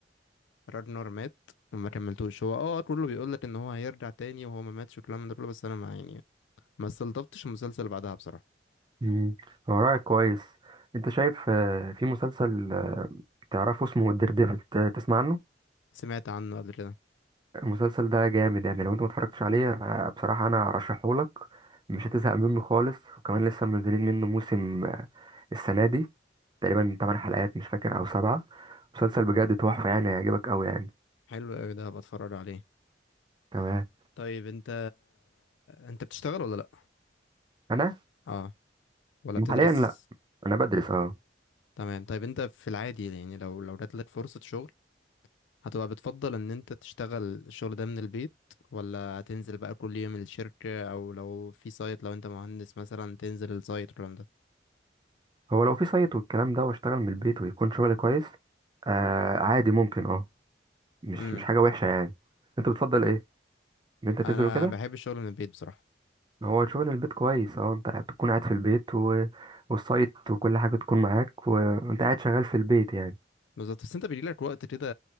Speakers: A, on the left; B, on the right.
A: راجنر مات وما كملتوش هو اه كله بيقول لك ان هو هيرجع تاني وهو ما ماتش والكلام من ده كله بس انا ما يعني ما استلطفتش المسلسل بعدها بصراحة
B: امم هو رأيك كويس انت شايف آه، في مسلسل آه، تعرفه اسمه الدير ديفل ت- تسمع عنه
A: سمعت عنه قبل كده
B: المسلسل ده جامد يعني لو انت ما اتفرجتش عليه آه، بصراحة انا ارشحه لك مش هتزهق منه خالص وكمان لسه منزلين منه موسم آه، السنة دي تقريبا 8 حلقات مش فاكر او سبعة مسلسل بجد تحفة يعني هيعجبك قوي يعني
A: حلو قوي ده هبقى اتفرج عليه
B: تمام
A: طيب انت انت بتشتغل ولا لا
B: انا
A: اه ولا بتدرس
B: حاليا لا انا بدرس اه
A: تمام طيب انت في العادي يعني لو لو جات لك فرصة شغل هتبقى بتفضل ان انت تشتغل الشغل ده من البيت ولا تنزل بقى كل يوم الشركة او لو في سايت لو انت مهندس مثلا تنزل السايت والكلام ده
B: هو لو في سايت والكلام ده واشتغل من البيت ويكون شغلي كويس آه عادي ممكن اه مش
A: امم
B: مش حاجة وحشة يعني انت بتفضل ايه ان انت تنزل
A: انا
B: وكده
A: بحب الشغل من البيت بصراحة
B: هو شغل البيت كويس اه انت بتكون قاعد في البيت و... والسايت وكل حاجة تكون معاك و... وانت قاعد شغال في البيت يعني
A: بالظبط بس انت بيجي لك وقت كده